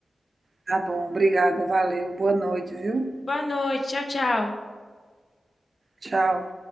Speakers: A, on the right; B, on the left.
A: Tá bom, obrigada, valeu. Boa noite, viu?
B: Boa noite, tchau, tchau.
A: Tchau.